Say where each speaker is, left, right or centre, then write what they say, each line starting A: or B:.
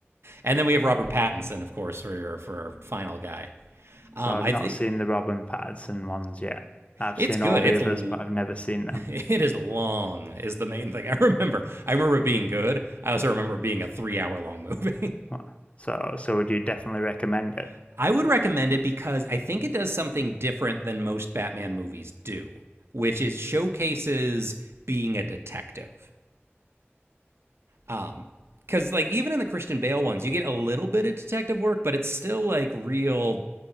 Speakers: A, on the right; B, on the left.
A: and then we have Robert Pattinson, of course, for your for our final guy.
B: So
A: Um,
B: I've
A: I
B: not
A: think
B: seen the Robin Pattinson ones yet. I've
A: it's
B: seen
A: good.
B: all the
A: It's
B: others,
A: l-
B: but I've never seen
A: <laughs>
B: them.
A: it is long is the main thing I <laughs> remember. I remember it being good. I also remember it being a three hour long movie.
B: Wha- So, so would you definitely recommend it?
A: <laughs> I would recommend it because I think it does something different than most Batman movies do, which is showcases being a detective. Um, because like even in the Christian Bale ones, you get a little bit of detective work, but it's still like real